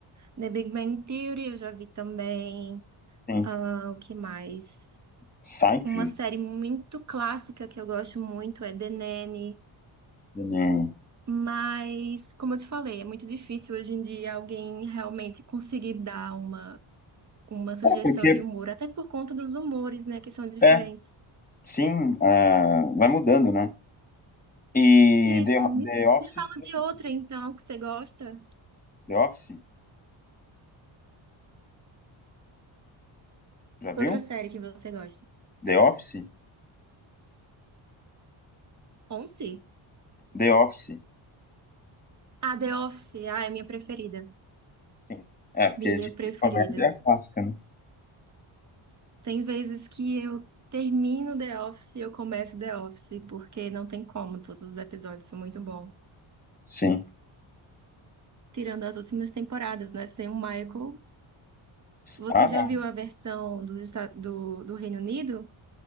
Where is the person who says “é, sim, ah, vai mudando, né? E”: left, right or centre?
Left